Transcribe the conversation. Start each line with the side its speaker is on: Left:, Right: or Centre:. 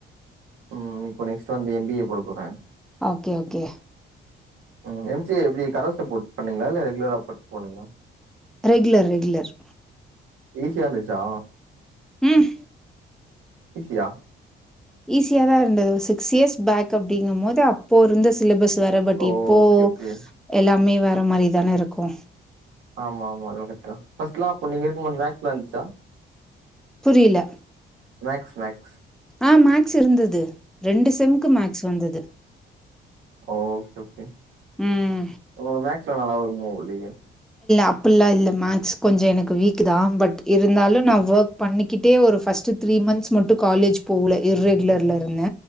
Right: ம் இப்போ நெக்ஸ்ட்டு வந்து எம் பி ஏ போடப் போற
Centre: ஓகே ஓகே
Right: ம் எம் சி ஏ எப்டி கரஸ்ல போட் பண்ணீங்ளா இல்ல ரெகுலரா போட் போனீங்ளா
Centre: ரெகுலர் ரெகுலர்
Right: ஈசியா இருந்துச்சா
Centre: ம்
Right: ஈசியா
Centre: ஈஸியா தா இருந்தது ஒ சிக்ஸ் இயர்ஸ் பேக் அப்படிங்கம் மோது அப்போ இருந்த சிலபஸ் வேற பட்
Right: ஓகே
Centre: இப்போ
Right: ஓகே
Centre: எல்லாமே வேற மாரிதான இருக்கு
Right: ஆமா ஆமா <unintelligible> ஃபஸ்லா அப்ப நீங்க இருக்கம்போது மேக்ஸ்லா இருந்ச்சா
Centre: புரியில
Right: மேக்ஸ் மேக்ஸ்
Centre: ஆ மேக்ஸ் இருந்துது ரெண்டு செம்க்கு மேக்ஸ் வந்தது
Right: ஓ ஓகே ஓகே
Centre: ம்
Right: உங்ளுக் மேக்ஸ்லா நல்லா வருமோ இலியோ
Centre: அப்புல்லா இல்ல மேக்ஸ் கொஞ்சொ எனக்கு வீக்கு தா பட் இருந்தாலு நா வோக் பண்ணிக்கிட்டே ஒரு ஃபஸ்ட்டு த்ரீ மந்த்ஸ் மட்டு காலேஜ் போல இர் ரெகுலர்ல இருந்த